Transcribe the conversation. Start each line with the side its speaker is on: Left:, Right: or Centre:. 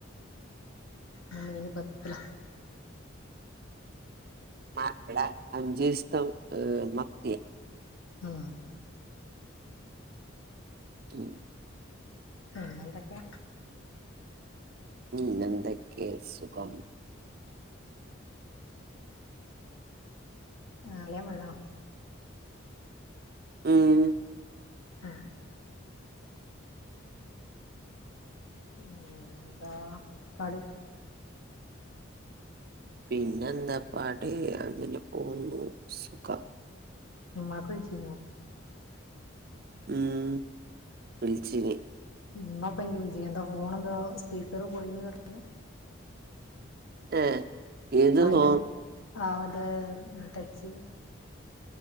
Left: അ മീന് ബക്കല
Right: അ വടെ അഞ്ചുസ്തം മത്തിയെ
Left: ആ
Right: ഉം
Left: പിന്നെന്തൊക്കെ
Right: ന്നെന്തെയ്ക്കേ സുഖം
Left: ആ അലിയൻ പോയ്ണോ?
Right: ഉം
Left: അ പിന്നെന്താ കളി
Right: പിന്നെെന്താ പാട് അങ്ങനെ പോകന്നു സുഖം.
Left: ഇമ്മാക്ക് വിളിച്ചിന്നോ
Right: ഉം വിളിച്ചിനി
Left: മമ്മപ്പിൻക്ക് ന്തോ ഫോണെ ന്തോ സ്പീക്കര് പോയിണ് ർഞ്ഞു
Right: ഏ ഏത്
Left: ആയിലും
Right: നോ
Left: ആ മറ്റേ തച്ച്